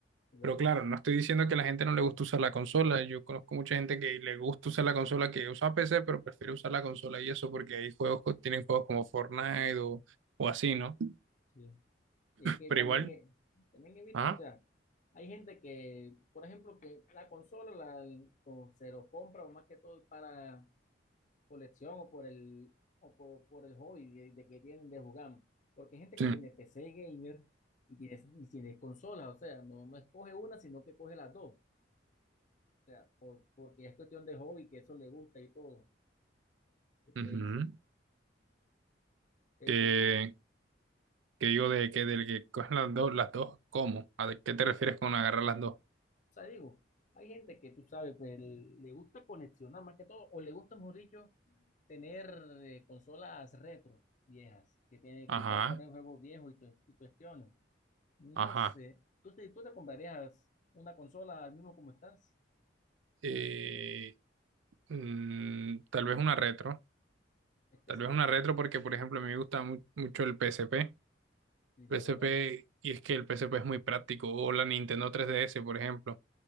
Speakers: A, on the left; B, on the right.
A: es verdad.
B: Pero claro, no estoy diciendo que a la gente no le gusta usar la consola. Yo conozco mucha gente que le gusta usar la consola, que usa PC, pero prefiere usar la consola y eso porque hay juegos, co- tienen juegos como Fortnite o, o así, ¿no?
A: Sí. Y es que
B: Pero
A: también,
B: igual,
A: he- también he visto,
B: ajá,
A: o sea, hay gente que, por ejemplo, que la consola la, o se lo compra más que todo para colección o por el, o por, por el hobby de, de que tienen de jugar. Porque hay gente
B: sí.
A: que tiene PC gamer y tiene, y tiene consolas, o sea, no, no escoge una, sino que coge las dos. O sea, por, porque es cuestión de hobby, que eso le gusta y todo. ¿Qué
B: ujú.
A: dice? ¿Qué
B: Que,
A: dice?
B: que digo de que del que cogen las dos, las dos, ¿cómo? ¿A de qué te refieres con agarrar las dos?
A: O sea, digo, hay gente que tú sabes, pues, le gusta coleccionar más que todo, o le gusta, mejor dicho, tener eh, consolas retro viejas, que tiene,
B: Ajá,
A: que pueda correr juegos viejos y, cu- y cuestiones. No
B: ajá.
A: sé, ¿tú te, tú te comprarías una consola al mismo como estás?
B: Eh, mm, tal vez una retro.
A: Es que
B: Tal
A: sí,
B: vez una retro porque, por ejemplo, a mí me gusta mu- mucho el PSP.
A: sí, la
B: PSP,
A: verdad.
B: y es que el PSP es muy práctico, o la Nintendo 3DS, por ejemplo,